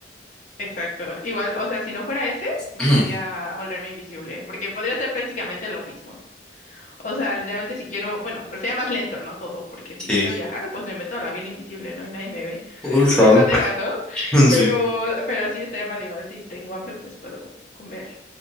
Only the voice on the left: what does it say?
Exacto. Igual, o sea, si no fuera ese, yo
sería volverme invisible, porque podría ser prácticamente lo mismo. O sea, literalmente si quiero, bueno, pero sería más lento, ¿no? Todo, porque si
quiero viajar, pues me meto al avión invisible, ¿no? Y nadie me ve.
<laughs> Bien ratera, ¿no?
Pero,
pero sí estaría padre. Igual si tengo hambre, pues puedo comer